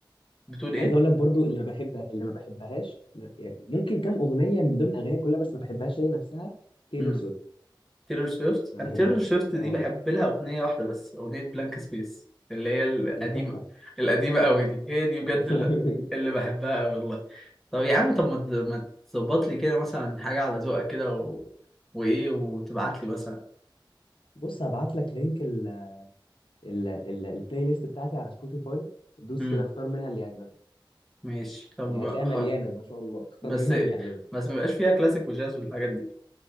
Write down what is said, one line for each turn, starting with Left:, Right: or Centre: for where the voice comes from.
Centre: بتقول
Left: عايز اقول لك برضو اللي ما بحبها اللي ما بحبهاش ما- يعني ممكن كام اغنيه من ضمن اغانيها كلها بس ما بحبهاش هي نفسها تايلور
Centre: إيه؟
Left: سويفت
Centre: تيلر سويفت
Left: ما
Centre: انا
Left: بحبهاش
Centre: تيلر سويفت دي
Left: اه
Centre: بحب لها اغنيه واحده بس اغنيه بلانك سبيس اللي هي القديمه
Left: دي تحفه
Centre: القديمه قوي دي هي دي بجد
Left: <laughs>
Centre: اللي, اللي بحبها قوي والله طب يا عم طب ما ت- ما تظبط لي كده مثلا حاجه على ذوقك كده و... وايه وتبعت لي مثلا
Left: بص هبعت لك لينك ال ال ال البلاي ليست بتاعتي على سبوتيفاي دوس
Centre: امم
Left: كده اختار منها اللي يعجبك
Centre: ماشي طب
Left: يعني هتلاقيها
Centre: خلاص
Left: مليانة ما شاء الله اختار
Centre: بس
Left: منها اللي يعجبك
Centre: بس ما يبقاش فيها كلاسيك وجاز والحاجات دي